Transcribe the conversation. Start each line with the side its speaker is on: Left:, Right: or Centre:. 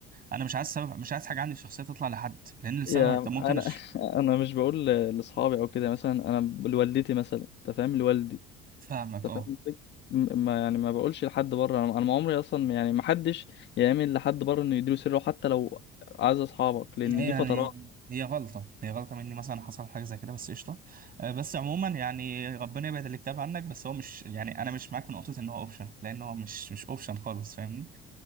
Right: انا مش عايز سبب مش عايز حاجه عندي في الشخصيه تطلع لحد لان السبب
Left: يا
Right: انت ممكن
Left: انا
Right: أش...
Left: <laughs> انا مش بقول لاصحابي او كده مثلا انا لوالدتي مثلا انت فاهم لوالدي
Right: فاهمك
Left: انت
Right: اه
Left: فاهم الفكرة؟ م- ما يعني ما بقولش لحد بره انا أنا ما عمري اصلا يعني ما حدش يعمل لحد بره انه يديله سره حتى لو اعز اصحابك لان
Right: هي
Left: دي
Right: يعني
Left: فترات
Right: هي غلطه هي غلطه مني مثلا حصل حاجه زي كده بس قشطه آه، بس عموما يعني ربنا يبعد الاكتئاب عنك بس هو مش يعني انا مش معاك في نقطه ان هو اوبشن لان هو مش مش اوبشن خالص فاهمني